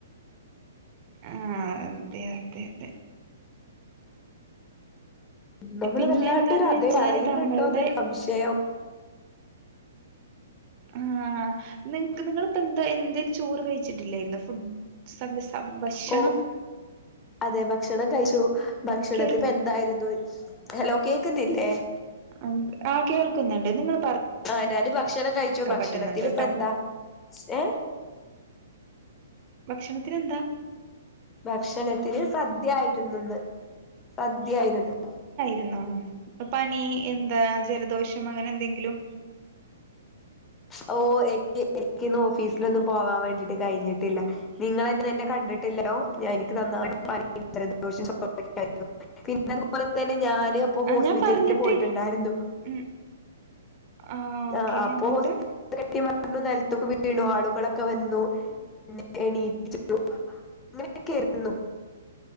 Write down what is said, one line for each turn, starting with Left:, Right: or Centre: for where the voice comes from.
Right: ആഹ് അതെ അതെ അതെ
Left: നമ്മൾ
Right: പിന്നെ
Left: വല്ലാണ്ടൊരതേ
Right: എന്താന്ന് വെച്ചാല്
Left: പറയുന്നുണ്ടോന്നൊരു
Right: താങ്കളുടെ
Left: സംശയം
Right: ആഹ് നിങ്ങക്ക് നിങ്ങള് ഇപ്പോ എന്താ എന്തിര് ചോറ് കഴിച്ച കഴിച്ചിട്ടില്ലായിരുന്നു ഫുഡ് സം സം ഭക്ഷണം
Left: ഓ അതെ ഭക്ഷണം കഴിച്ചു ഭക്ഷണത്തിപ്പം
Right: കേൾക്കു
Left: എന്തായിരുന്നു ഹലോ കേക്കുന്നില്ലെ എ
Right: അം കേൾക്കുന്നുണ്ട് നിങ്ങള്
Left: ആ ഞാന് ഭക്ഷണം കഴിച്ചു ഭക്ഷണത്തിന്
Right: പറ്റുന്നുണ്ട്
Left: ഇപ്പ
Right: ട്ടോ
Left: എന്താ ഏ
Right: ഭക്ഷണത്തിനെന്താ
Left: ഭക്ഷണത്തിന് സദ്യായിരുന്നുന്ന് സദ്യയായിരുന്നു
Right: രുന്നോ പനി എന്താ ജലദോഷം അങ്ങനെ എന്തെങ്കിലും
Left: ഓ എനിക്ക് എനിക്കിന്ന് ഓഫീസിലൊന്നും പോവാൻ വേണ്ടിട്ട് കഴിഞ്ഞിട്ടില്ല നിങ്ങളെങ്ങനെ എന്റെ കണ്ടിട്ടില്ലല്ലോ ഞാന് എനിക്ക് നന്നായിട്ട് പനിയും ജലദോഷം ചുമയും ആയിരുന്നു പിന്നെതുപോലെ തന്നെ ഞാൻ അപ്പോ
Right: ആഹ്
Left: ഹോസ്പിറ്റലില്
Right: ഞാൻ പറഞ്ഞിട്ട്
Left: പോയിട്ടുണ്ടായിരുന്നു
Right: ഉം ആഹ് ഓക്കെ
Left: ആ അപ്പൊ
Right: എന്നിട്ട്
Left: ഹോസ്പിറ്റ <unintelligible> നെൽതുക്ക് വീണു ആളുകളൊക്കെ വന്നു പിന്നെ എണീപ്പിച്ചു അങ്ങനെയൊക്കൊയിരുന്നു